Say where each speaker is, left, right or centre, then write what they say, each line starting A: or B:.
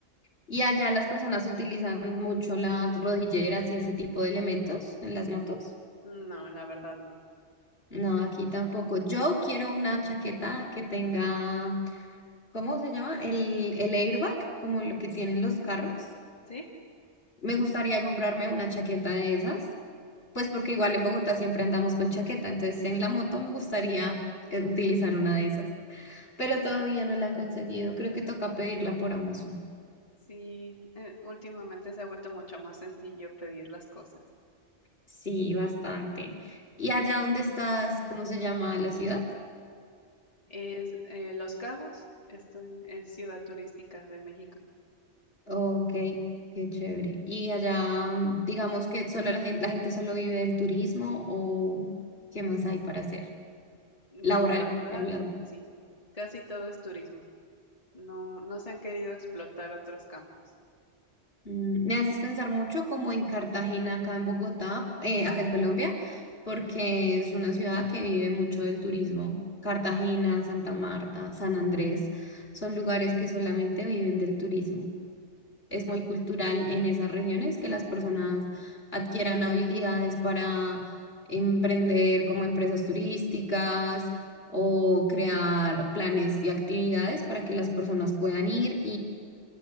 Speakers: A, on the left; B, on the left.
A: ¿Y allá las personas utilizan mucho las rodilleras y ese tipo de elementos en las motos?
B: No, la verdad no.
A: No, aquí
B: Sí,
A: tampoco. Yo quiero una chaqueta que tenga, ¿cómo se llama? El, el airbag, como lo que tienen los
B: Mm,
A: carros.
B: sí,
A: Me gustaría comprarme una chaqueta de esas, pues porque igual en Bogotá siempre andamos con chaqueta, entonces en la moto me gustaría eh, utilizar una de esas. pero todavía no la he conseguido. Creo que toca pedirla por Amazon.
B: sí, eh, últimamente se ha vuelto mucho más sencillo pedir las cosas.
A: Sí, bastante. ¿Y allá dónde estás? ¿Cómo se llama la ciudad?
B: Es eh, Los Cabos, esto es ciudad turística de México.
A: Ok, qué chévere. ¿Y allá, mm, digamos que solo la gente, la gente solo vive del turismo o qué más hay para hacer?
B: Mm,
A: Laboral,
B: La verdad,
A: hablando.
B: sí, casi todo es turismo. No, no se han querido explotar otros campos.
A: Mm, Me haces pensar mucho como en Cartagena, acá en Bogotá, eh, acá en Colombia, porque es una ciudad que vive mucho del turismo. Cartagena, Santa Marta, San Andrés, son lugares que solamente viven del turismo. Es muy cultural en esas regiones que las personas adquieran habilidades para emprender como empresas turísticas o crear planes y actividades para que las personas puedan ir